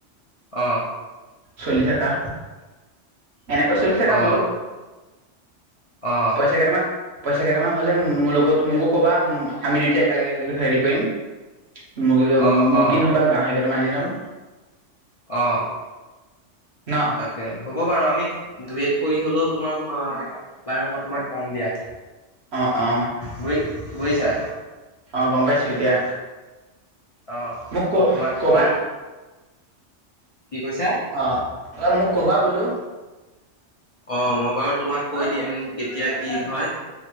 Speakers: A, on the left (about 40°); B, on the right (about 60°).
A: অহ।
B: চলি থাকা ।এনেকৈ চলি থাকা
A: অ
B: বোলো।
A: অ
B: পইচা কেইটামান পইচা কেইটামান হলে মোৰ লগতো মোকো কবা। আমি দুয়টাই একেলগে গৈ হেৰি কৰিম । মুৰ্গীটো
A: অ অ
B: মুৰ্গী
A: অ
B: নহবা গাহৰি কেইটামে আনি লম।
A: অ
B: ন
A: তাকে হ'ব বাৰু আমি। ডৱেইট কৰি হ'লেও তোমাক বাৰু তোমাক কম দিয়া।
B: অ অ
A: বুজি বুজিছা
B: আহ গম পাইছো এতিয়া।
A: অ
B: মোক ক
A: মই তোমাক
B: ক'বা
A: কম। কি কৈছা?
B: অ অ মোক ক'বা বোলো।
A: অ মই বাৰু তোমাক কৈ দিম কেতিয়া কি হয়।